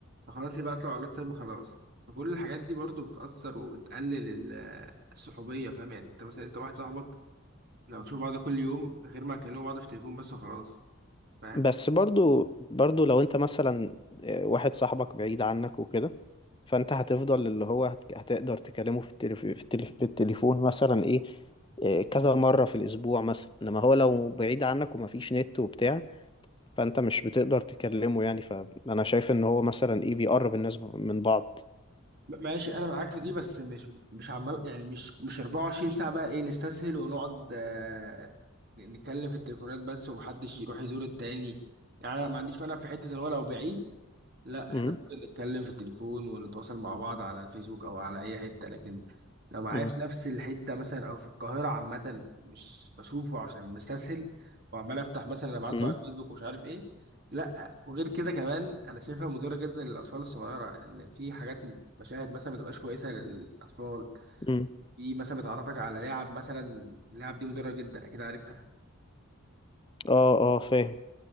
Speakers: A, on the right; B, on the left.
A: فخلاص يبعت له على الواتساب وخلاص فكل الحاجات دي برضو بتأثر وبتقلل ال- الصحوبية فاهم يعني انت مثلا انت واحد صاحبك لو تشوف بعض كل يوم غير ما تكلموا بعض في التليفون بس وخلاص فاهم
B: بس برضو برضو لو انت مثلا آه، واحد صاحبك بعيد عنك وكده فانت هتفضل اللي هو هت- هتقدر تكلمه في التليف... في التليف... في التليفون مثلا ايه آه، كذا مرة في الاسبوع مثلا انما هو لو بعيد عنك ومفيش نت وبتاع فانت مش بتقدر تكلمه يعني فانا شايف ان هو مثلا ايه بيقرب الناس من بعض
A: ماشي انا معاك في دي بس مش مش عمال يعني مش مش 24 ساعة بقى ايه نستسهل ونقعد آه، نتكلم في التليفونات بس ومحدش يروح يزور التاني يعني انا ما عنديش مانع في حتة ان هو لو بعيد لا احنا
B: امم
A: ممكن نتكلم في التليفون ونتواصل مع بعض على الفيسبوك او على اي حتة لكن لو معايا
B: امم
A: في نفس الحتة مثلا او في القاهرة عامة ومش بشوفه عشان مستسهل وعمال افتح مثلا ابعت
B: امم
A: له على الفيسبوك ومش عارف ايه لا وغير كده كمان انا شايفها مضره جدا للاطفال الصغيره لان في حاجات مشاهد مثلا ما تبقاش كويسه للاطفال
B: امم
A: في مثلا بتعرفك على لعب مثلا اللعب دي مضره جدا اكيد عارفها
B: اه اه فاهم